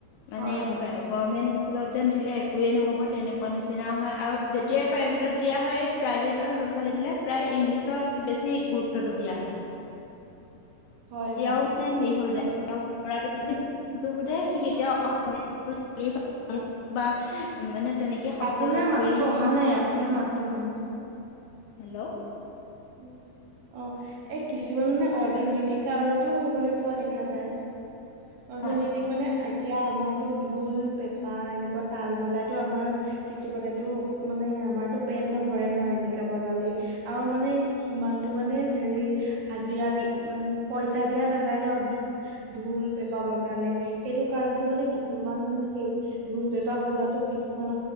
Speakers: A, on the left (about 75°); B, on the right (about 80°).
A: মানে
B: হয় হয়
A: প্ৰাই গভমেন্ট স্কুলত যেন দিলে একোৱে নহ' ব তেনেকুৱা নিচিনাও হয় আৰু যেতিয়াই প্ৰাইভেটত দিয়া হয় প্ৰাইভেটৰ ল'ৰা- ছোৱালীবিলাক প্ৰায় ইংলিছত বেছি গুৰুত্বটো দিয়া হয়।
B: হয়
A: এয়াও
B: হয়
A: মানে হেৰি হৈ যায় লৰাটো যদি নামটো সুধে সি
B: কিছুমান
A: কেতিয়াও অসমীয়াত <inaudible> বা মানে তেনেকে শব্দ
B: আপোনাৰ
A: হেৰি
B: মাততো
A: কৰিহে
B: অহা নাই আপোনাৰ মাতো অহা নাই?
A: হেল্ল'!
B: উম অ এ কিছ জীৱন মানে অৰ্থনৈতিক কাৰণতো হবলৈ পোৱা দেখা যায়। অৰ্থনীতিক
A: হয়
B: মানে এতিয়া আমাৰতো ঢোল, পেঁপা এনেকুৱা তাল বজাইতো আমাৰ কিছুমানেটো মানে আমাৰতো পেট নভৰে ন এনেকাে বজালেই আৰু মানে সিমানটো মানে হেৰি হাজিৰা দি মানে পইচা দিয়া নাযায় ন ঢোল, পেঁপা বজালে সেইটো কাৰণতো মানে কিছুমান সেই ঢোল, পেঁপা বজাতো কিছুমান